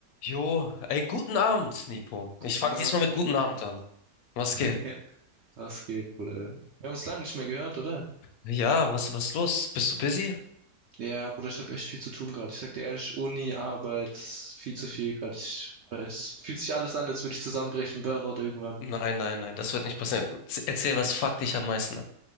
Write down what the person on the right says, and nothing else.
Guten
Abend,
guten
Abend.
<laughs> Was geht, Bruder? Wir haben uns lange nicht mehr gehört, oder?
Ja, Bruder, ich habe echt viel zu tun gerade. Ich sag dir ehrlich, Uni, Arbeit, viel zu viel gerade. Ich, es fühlt sich alles an, als würde ich zusammenbrechen, Burnout irgendwann.